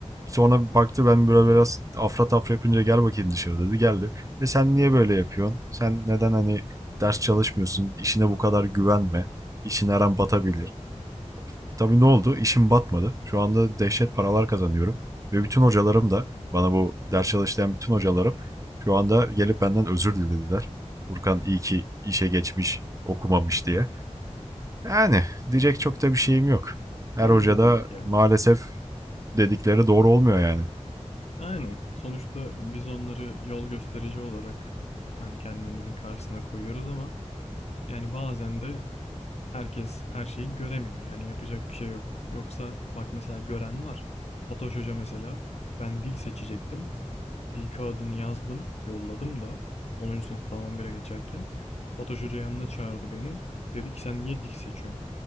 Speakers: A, on the right (about 25°); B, on the left (about 65°).
A: sonra bir baktı ben böyle biraz afra tafra yapınca gel bakayım dışarı dedi. Geldi. Ve sen niye böyle yapıyorsun? Sen neden hani ders çalışmıyorsun? İşine bu kadar güvenme. İşin her an batabilir. Tabii ne oldu? İşim batmadı. Şu anda dehşet paralar kazanıyorum. Ve bütün hocalarım da bana bu ders çalıştıran bütün hocalarım şu anda gelip benden özür dilediler. Furkan iyi ki işe geçmiş, okumamış diye. Yani diyecek çok da bir şeyim yok. Her
B: Bence
A: hoca
B: de
A: da
B: yok ya.
A: maalesef dedikleri doğru olmuyor yani.
B: Yani sonuçta biz onları yol gösterici olarak hani kendimizin karşısına koyuyoruz ama yani bazen de herkes her şeyi göremiyor. Yani yapacak bir şey yok. Yoksa bak mesela gören var. Fatoş Hoca mesela ben dil seçecektim. Dil kağıdını yazdım, yolladım da 10. sınıftan 11'e geçerken Fatoş Hoca yanına çağırdı beni. Dedi ki sen niye dil seçiyorsun?